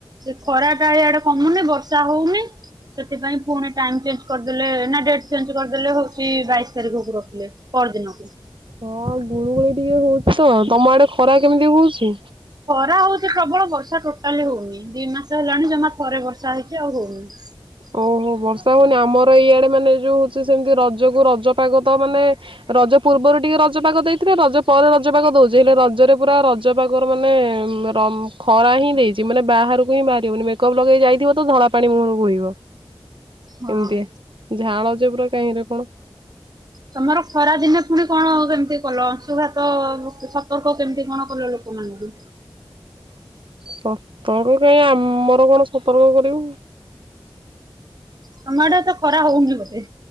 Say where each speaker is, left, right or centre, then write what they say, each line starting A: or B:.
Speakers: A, on the right; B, on the right.
A: ସେ ଖରା ଟା ଏଇଆଡେ କମୁନି ବର୍ଷା ହଉନି ସେଥିପାଇଁ ପୁଣି ଟାଇମ ଚେଞ୍ଜ କରିଦେଲେ ନା ଡେଟ୍ ଚେଞ୍ଜ କରିଦେଲେ ହଉ ଚି ବାଇଶ ତାରିଖ କୁ ରଖିଲେ ପର ଦିନକୁ।
B: ହଁ ଗୁଳୁଗୁଳି ଟିକେ ହଉଚି ତମ ଆଡେ ଖରା କେମିତି ହଉଚି?
A: ଖରା ହଉଚି ପ୍ରବଳ ବର୍ଷା ଟୋଟାଲି ହଉନି ଦି ମାସ ହେଲାଣି ଜମା ଥରେ ବର୍ଷା ଚାହିକି ଆଉ ହଉନି ।
B: ଓହୋ ବର୍ଷା ହଉନି ଆମର ଏଇଆଡେ ମାନେ ଯୋଉ ହଉଚି ସେମତି ରଜକୁ ରଜପାଗ ତ ମାନେ ରଜ ପୂର୍ବରୁ ଟିକେ ରଜପାଗ ଦେଇଥିଲେ ରଜ ପରେ ରଜପାଗ ଦଉଚି ହେଲେ ରଜରେ ପୁରା ରଜ ପାଗର ମାନେ ରମ୍-ଖରା ହିଁ ଦେଇଚି ମାନେ ବାହାରକୁ ହିଁ ବାହାରି ହଉନି ମେକଅପ୍ ଲଗେଇ ଯାଇଥିବ ତ ତ ଧଳା ପାଣି ମୁହଁରୁ ବୋହିବ।
A: ହଁ।
B: ଏମତିଆ ଝାଳ ଯେ ପୁରା କାହିଁରେ କଣ।
A: ତମର ଖରା ଦିନେ ପୁଣି କଣ କେମତି କଲ ଅଂଶୁଘାତଅ ସତର୍କ କେମତି କଣ କଲ ଲୋକମାନଙ୍କୁ?
B: ସତର୍କ କାଇଁ ଆମର କଣ ସତର୍କ କରିବୁ।
A: ତମ ଆଡେ ଏତେ ଖରା ହଉନି ବୋଧେ।